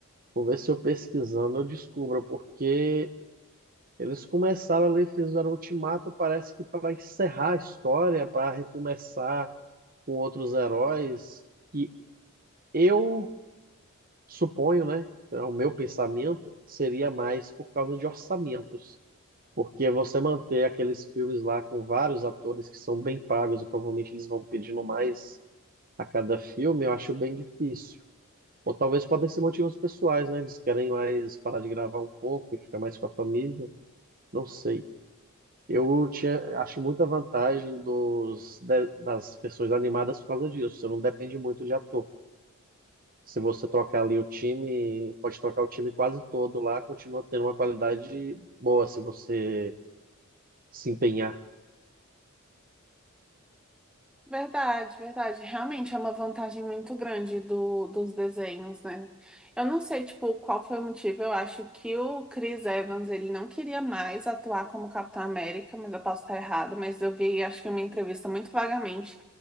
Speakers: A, on the right; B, in the centre.
A: Vou ver se eu pesquisando eu descubro, porque eles começaram ali, fizeram o ultimato, parece que para encerrar a história, para recomeçar com outros heróis, que eu suponho, né? É o meu pensamento seria mais por causa de orçamentos. Porque você manter aqueles filmes lá com vários atores que são bem pagos e provavelmente eles vão pedindo mais a cada filme, eu acho bem difícil. Ou talvez podem ser motivos pessoais, né? Eles querem mais parar de gravar um pouco e ficar mais com a família. Não sei. Eu tinha, acho muita vantagem dos, de- das versões animadas por causa disso. Você não depende muito de ator. Se você trocar ali o time, pode trocar o time quase todo lá, continua tendo uma qualidade boa se você se empenhar.
B: Verdade, verdade. Realmente é uma vantagem muito grande do, dos desenhos, né? Eu não sei, tipo, qual foi o motivo. Eu acho que o Chris Evans, ele não queria mais atuar como Capitão América, mas eu posso estar errado, mas eu vi, acho que uma entrevista muito vagamente,